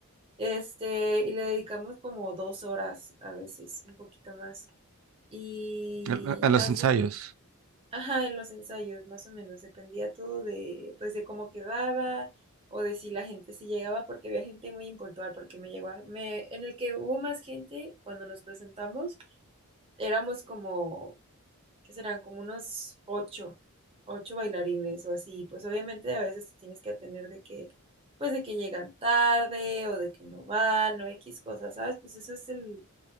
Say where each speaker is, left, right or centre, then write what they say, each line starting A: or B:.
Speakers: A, on the right (about 25°); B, on the right (about 65°).
A: Este, y le dedicamos como dos horas a veces, un poquito más. Y
B: a, a los
A: hace,
B: ensayos.
A: ajá, en los ensayos, más o menos, dependía todo de, pues, de cómo quedaba o de si la gente si llegaba, porque había gente muy impuntual, porque me llegó a- me, en el que hubo más gente cuando nos presentamos, éramos como que serán como unos ocho, ocho bailarines o así. Pues obviamente a veces tienes que atender de que, pues de que llegan tarde o de que no van o X cosas, ¿sabes? Pues eso es el,